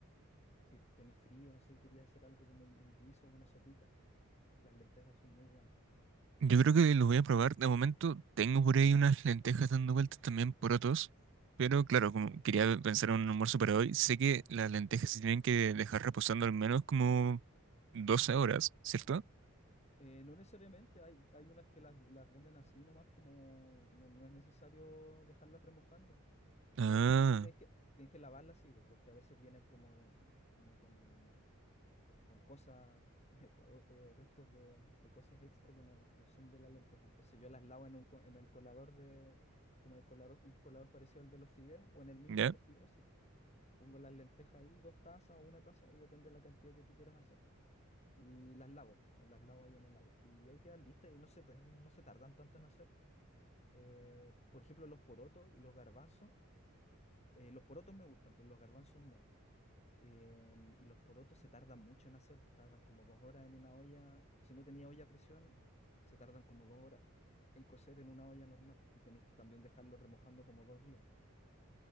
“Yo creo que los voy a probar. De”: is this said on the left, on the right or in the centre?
Right